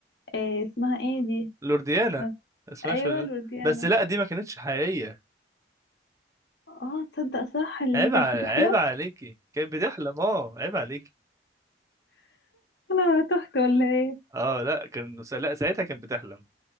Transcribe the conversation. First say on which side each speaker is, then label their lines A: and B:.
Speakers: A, on the left (about 75°); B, on the right (about 15°).
A: آه، اسمها ايه دي
B: لورديانا
A: كانت
B: اسمها
A: ايوه
B: شو
A: الورديانة
B: بس لا دي ما كانتش حقيقيه
A: اه تصدق صح اللي
B: عيب
A: هي كانت
B: ع-
A: بتحلم
B: عيب عليكي كانت بتحلم اه عيب عليكي
A: انا تهت ولا ايه
B: اه لا كان لا ساعتها كانت بتحلم